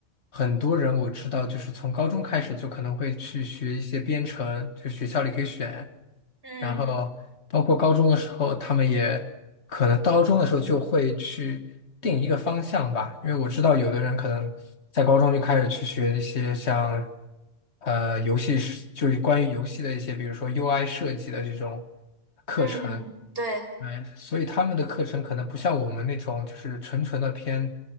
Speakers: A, on the left (about 70°); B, on the right (about 55°).
A: 很多人我知道，就是从高中开始就可能会去学一些编程，就学校里可以选，
B: 嗯。
A: 然后包括高中的时候，他们也可能高中的时候就会去定一个方向吧，因为我知道有的人可能在高中就开始去学一些像呃游戏是就是关于游戏的一些，比如说 UI 设计的这种课程。
B: 嗯，对，
A: 哎，所以他们的课程可能不像我们那种，就是纯纯的偏